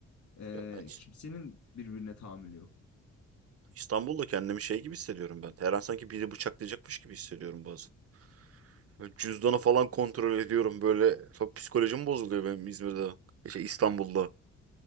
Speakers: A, on the left; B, on the right.
A: e,
B: ya ben
A: kimsenin birbirine tahammülü yok.
B: İstanbul'da kendimi şey gibi hissediyorum ben. Her an sanki biri bıçaklayacakmış gibi hissediyorum bazen. Böyle cüzdanı falan kontrol ediyorum böyle. Çok psikolojim bozuluyor benim İzmir'de. Şey İstanbul'da.